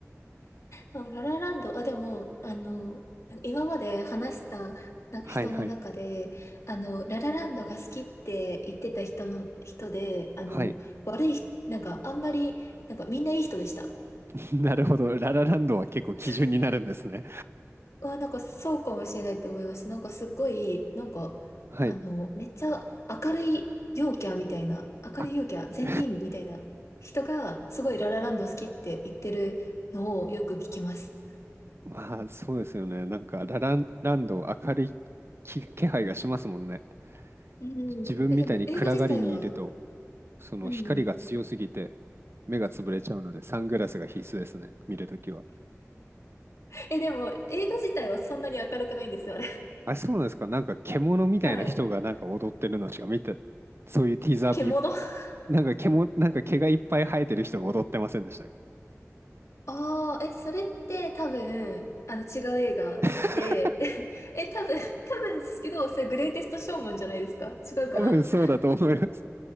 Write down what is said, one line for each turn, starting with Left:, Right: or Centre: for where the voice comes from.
Left: でもララランド、あ、でも、あの、今まで話したな人の中で、
Right: はいはい。
Left: あの、ララランドが好きって言ってた人の、人で、あの、
Right: はい。
Left: もう悪い、なんか、あんまり、なんか、みんないい人でした。
Right: <laughs> なるほど。ララランドは結構基準になるんですね。
Left: <laughs> うわ、なんかそうかもしれないと思います。なんかすごい、なんか、
Right: はい。
Left: あの、めっちゃ明るい陽キャみたいな、明るい陽キャ、
Right: あ、<laughs>
Left: 善人みたいな人が、すごいララランド好きって言ってるのをよく聞きます。
Right: まあそうですよね。なんかララランド明るい気、気配がしますもんね。
Left: うん。
Right: じ自分みたいに暗がりにいると、
Left: え、でも映画自体は、
Right: その光が強すぎて目が潰れちゃうので、
Left: うん。
Right: サングラスが必須ですね。見るときは。
Left: え、でも映画自体はそんなに明るくないんですよ、あれ。
Right: あ、そうなんですか。なんか獣みたいな人がなんか踊ってるのしか見て、
Left: <laughs> はい。
Right: そういうティーザービ
Left: 獣。<laughs>
Right: なんか毛も、なんか毛がいっぱい生えてる人が踊ってませんでしたっけ。
Left: ああ、え、それって多分、あの違う映画で、
Right: <laughs>
Left: <laughs> え、多分、多分ですけど、それグレイテストショーマンじゃないですか違うかな
Right: 多分そうだと思います。